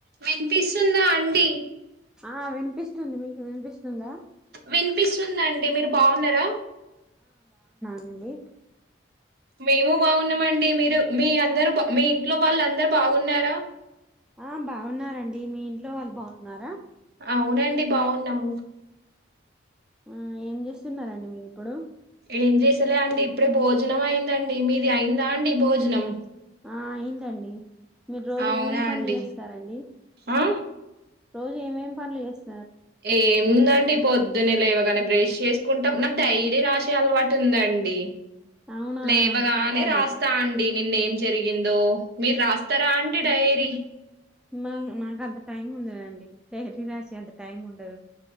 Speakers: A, on the right; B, in the centre.
A: వినిపిస్తుందా అండి
B: ఆ వినిపిస్తుంది మీకు వినిపిస్తుందా
A: వినిపిస్తుందా అండి మీరు బాగున్నారా
B: అడి
A: మేము బాగున్నామండి మీరు మీ అందరుా మీ ఇంట్లో వాళ్ళు అందరు బాగున్నారా
B: ఆ బాగున్నారంండి మీ ఇంట్లో వాళ్ళు బాగున్నారా
A: అవునండి బాగున్నాము
B: ఆ ఏం చేస్తున్నారంండి మీరు ఇప్పుడు
A: ఏం చేసేలే అంటే ఇప్పుడే భోజనం అయిందండి మీది అయిందా అండి భోజనం
B: ఆ అయిందండి మీరు రోజు
A: అవునా
B: ఏమేమి పనులు
A: అండి
B: చేస్తారండి
A: ఆ
B: రోజు ఏమేం పనులు చేస్తాం
A: ఏం ందండి పొద్దునే లేవగాని బ్రష్ చేసుకుంటాం నాకు ధైర్యం రాసే అలవాటు ఉందండి
B: అవునా
A: లేవగానే
B: గుడ్ హ్యాబిట్
A: రాస్తా అండి నిన్న ఏం జరిగిందో మీరు రాస్తారా అండి డైరీ
B: మా మాకు అంత టైం ఉండదండి ైర్రీ రాసి అంత టైం ఉండదు